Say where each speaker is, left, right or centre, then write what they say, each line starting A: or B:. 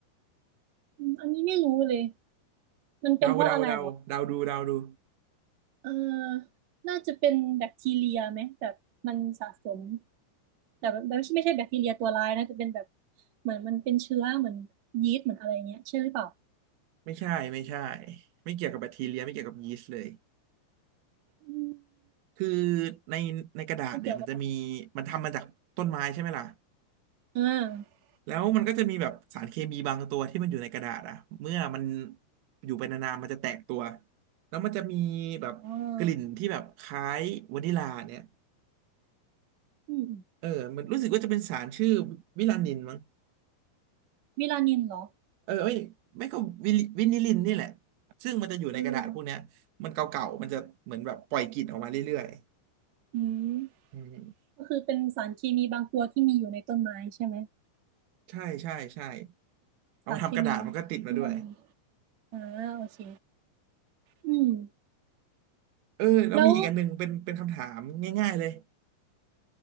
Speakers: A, on the right (about 45°); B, on the right (about 85°).
A: อืมอันนี้ไม่รู้เลยมันเป็นเพราะอะไรเหรอ
B: เดาเดาเดาเดาดูเดาดู
A: เออน่าจะเป็นแบคทีเรียไหมแบบมันสะสม แต่แบบไม่ใช่ไม่ใช่แบคทีเรียตัวร้ายนะจะเป็นแบบเหมือนมันเป็นเชื้อเหมือนยีสต์เหมือนอะไรเงี้ยใช่หรือเปล่า
B: ไม่ใช่ไม่ใช่ไม่เกี่ยวกับแบคทีเรียไม่เกี่ยวกับยีสต์เลย
A: อืม
B: คือในในกระดาษเนี่ยมันจะมี
A: เกี่ยวกับ
B: มันทำมาจากต้นไม้ใช่ไหมล่ะ
A: อ่า
B: แล้วมันก็จะมีแบบสารเคมีบางตัวที่มันอยู่ในกระดาษอ่ะเมื่อมันอยู่ไปนานๆมันจะแตกตัวแล้วมันจะมีแบบกลิ่นที่แบบคล้ายวานิลลาเนี่ย
A: อ่าอืม
B: เออมันรู้สึกว่าจะเป็นสารชื่อวิลานินมั้ง
A: วิลานินเหรอ
B: เออไม่ไม่ก็วิลิวินิลินนี่แหละซึ่งมันจะอยู่ในกระดาษพวกเนี้ยมันเก่าๆมันจะเหมือนแบบปล่อยกลิ่นออกมาเรื่อย
A: เอออืม
B: ๆอืม
A: ก็คือเป็นสารเคมีบางตัวที่มีอยู่ในต้นไม้ใช่ไหม
B: ใช่ใช่ใช่เอามาทำกระดาษมันก็ติดมาด้วย
A: สารเคมีวิลานินอ่าโอเคอืม
B: เออแล้วมีอีกอันหนึ่งเป็นเป็นคำถามง่ายๆเลย
A: แล้ว